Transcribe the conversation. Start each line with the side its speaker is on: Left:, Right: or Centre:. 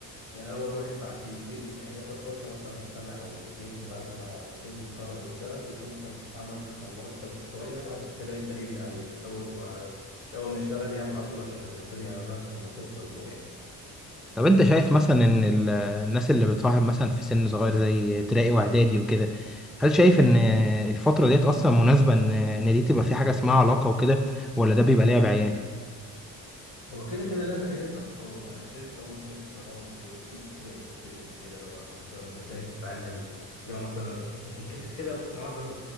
Left: يعني لو الواحد بعد يدير يعني ياخد فرصة مثلا سنة أو اتنين بعد ما يكون اتخرج واشتغل يكون مثلا عمل حتى مرتب شوية وبعد كده يبدأ يبني عليه مش أول ما مش أول ما يشتغل يعمل على طول عشان الدنيا على نفسه ما يكونش مزنوق
Centre: طب انت شايف مثلا ان ال- الناس اللي بتصاحب مثلا في سن صغير زي ابتدائي واعدادي وكده هل شايف ان الفترة ديت اصلا مناسبة ان ان دي تبقى في حاجة اسمها علاقة وكده ولا ده بيبقى لعب عيال؟
Left: هو كده كده لعبة عيال بس هو أنا شايف اللي هو ميزته إن هو بيديك كذا إكسبيرينس كده اللي هو مثلا إزاي تتعامل اللي هو مثلا يعني كده كده معظم